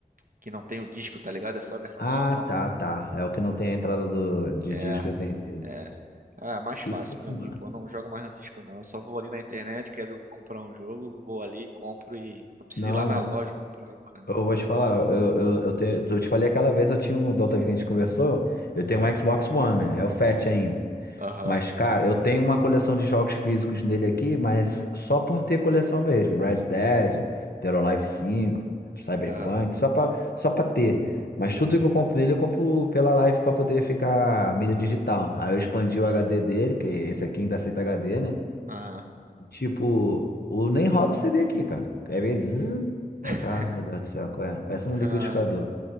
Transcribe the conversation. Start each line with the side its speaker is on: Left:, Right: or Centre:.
Right: que não tem o disco, tá ligado? É só a versão
Left: Ah,
Right: digital.
Left: tá, tá. É o que não tem a entrada do, de
Right: É,
Left: disco, eu entendi.
Right: é. Ah, é mais fácil
Left: Que isso,
Right: pra
Left: mano?
Right: mim, pô. Eu não jogo mais no disco, não. Eu só vou ali na internet, quero comprar um jogo, vou ali, compro e. Não preciso
Left: Não,
Right: ir lá na loja comprar aí o cara.
Left: eu vou te falar, eu, eu, eu, te, eu te falei aquela vez, eu tinha um, da outra vez que a gente conversou, eu tenho um Xbox One, né? É o Fat ainda.
Right: Aham,
Left: Mas, cara, eu tenho uma coleção de jogos físicos nele aqui, mas só por ter coleção mesmo. Red Dead, Dead or Alive 5, Cyberpunk,
Right: aham,
Left: só pra, só pra ter. Mas
Right: sei.
Left: tudo que eu compro nele, eu compro pela Live pra poder ficar mídia digital. Aí eu expandi o HD dele, que esse aqui ainda aceita HD, né?
Right: Aham.
Left: Tipo, o nem roda o CD aqui, cara. Quer ver? Zzz,
Right: <laughs>
Left: Ah, meu Deus do céu, qual é? Parece
Right: Aham.
Left: um liquidificador.